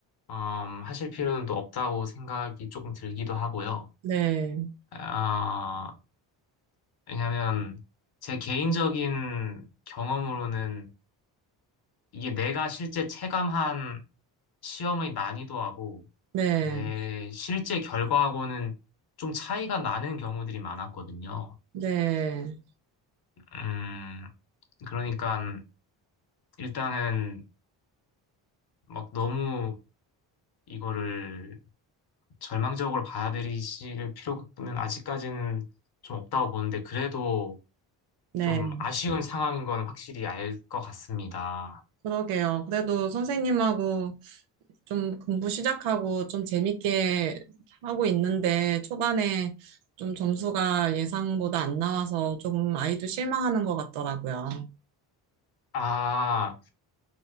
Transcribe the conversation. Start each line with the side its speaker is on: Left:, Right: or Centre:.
Left: 음, 하실 필요는 또 없다고 생각이 조금 들기도 하고요.
Right: 네.
Left: 아, 왜냐면 제 개인적인 경험으로는 이게 내가 실제 체감한 시험의 난이도하고
Right: 네,
Left: 내 실제 결과하고는 좀 차이가 나는 경우들이 많았거든요.
Right: 네,
Left: 음, 그러니까 일단은 막 너무 이거를 절망적으로 받아들이실 필요는 아직까지는 좀 없다고 보는데 그래도
Right: 네.
Left: 좀 아쉬운 상황인 건 확실히 알 것 같습니다.
Right: 그러게요. 그래도 선생님하고 좀 공부 시작하고 좀 재밌게 하고 있는데 초반에 좀 점수가 예상보다 안 나와서 조금 아이도 실망하는 것 같더라고요.
Left: 아,